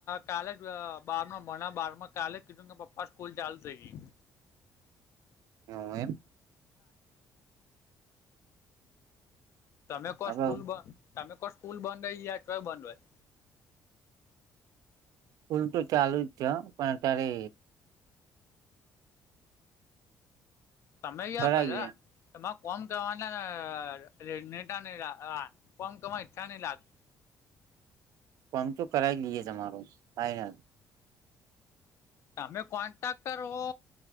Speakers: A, on the left; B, on the right.
A: કાલે જ બાર મણા બારમાં કાલે કીધું કે પપ્પા સ્કૂલ ચાલુ થઈ ગઈ.
B: હ એમ
A: તમે કો
B: આપડ
A: સ્કૂલ બ તમે કો સ્કૂલ બંધ હોય યા છય બંધ હોય
B: ફૂલ તો ચાલુ જ છે પણ અત્યારે
A: સમમે્યા
B: કરાવી દઈએ
A: <unintelligible> ફર્મ કરવાના <unintelligible> ફમ કરવા ઈચ્છા નહી લાગતી
B: <unintelligible>
A: તમે કોન્ટ્રાક્ટર હો